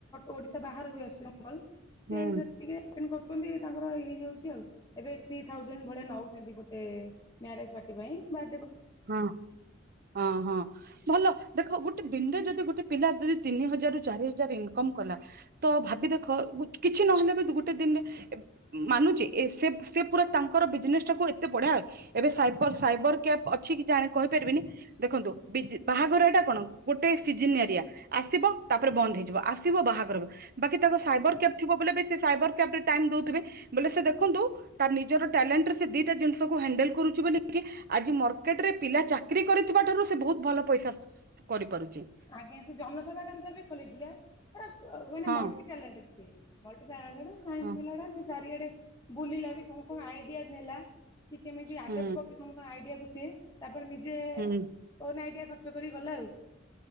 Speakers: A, on the left; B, on the right.
A: ଓଡ଼ିଶା ବାହାରୁ ବି ଆସୁଛନ୍ତି। ସେ
B: ହୁଁ
A: <unintelligible> ଛନ୍ତି ତାଙ୍କର ଇ ହେଇଯାଉଛି ଆଉ ଏବେ ଥ୍ରୀ ଥାଜେଣ୍ଡ ଭଳିଆ ନଉଛନ୍ତି ଗୋଟେ ଏ ମ୍ୟାରେଜ୍ ପାର୍ଟି ପାଇଁ ବା
B: ହଁ ହଁ ହଁ ଭଲ ଦେଖ ଗୋଟେ ଦିନରେ ଯଦି ଗୋଟେ ପିଲା ଯଦି ତିନି ହଜାର ରୁ ଚାରି ହଜାର ଇନକମ କଲା ତ ଭାବି ଦେଖ କିଛି ନହେଲେ ବି ଗୋଟେ ଦିନରେ ମାନୁଛି ଏ ସେ ସେ ପୁରା ତାଙ୍କର ବିଜନେସ୍ ଟାକୁ ଏତେ ବଢିଆ ଏବେ ସାଇପର ସାଇବର କ୍ୟାପ୍ ଅଛି କି ଜାଣ କହିପାରିବିନି ଦେଖନ୍ତୁ ବୀଜ ବାହାଘରଟା କଣ ଗୋଟେ ସିଜିନ ଏରିଆ ଆସିବ ତାପରେ ବନ୍ଦ ହେଇଯିବ ଆସିବ ବାହାଘର ବାକି ତାଙ୍କ ସାଇବର୍ କ୍ୟାବ ଥିବ ବୋଲି ବି ସେ ସାଇବର୍ କ୍ୟାବ ରେ ଟାଇମ୍ ଦଉଥିବେ ବୋଲେ ସେ ଦେଖନ୍ତୁ ତା ନିଜର ଟ୍ୟାଲେଣ୍ଟରେ ସେ ଦିଟା ଜିନିଷକୁ ହ୍ୟାଣ୍ଡେଲ୍ କରୁଛି ବୋଲିକି ଆଜି ସେଟରେ ପିଲା ଚାକିରି କରିଥିବା ଠାରୁ ସେ ବହୁତ ଭଲ ପଇସା କରିପାରୁଛି।
A: ଆଜ୍ଞା ସେ ଜନସେବା କେନ୍ଦ୍ର ବି ଖୋଲିଥିଲା। ମାନେ
B: ହଁ
A: ମଲ୍ଟି ଟାଲେନ୍ଟେଡ୍ ସ ମଲ୍ଟି ଟାଲେଣ୍ଟେଡ୍ ସାଇନ୍ସ
B: ହଁ
A: ପିଲଟା ସେ ଚାରିଆଡ଼େ ବୁଲିଲା ବି ସମସ୍ତଙ୍କ ଆଇଡିଆ ନେଲା। କି କେମିତି ଆଡପ୍ଟ
B: ହୁଁ
A: କରୁଚି ସମସ୍ତଙ୍କ ଆଇଡିଆକୁ ଇଏ ତା ନିଜେ
B: ହୁଁ।
A: ଓନ ଆଇଡିଆ ଖ ଚ କରି ଗଲା ଆଉ।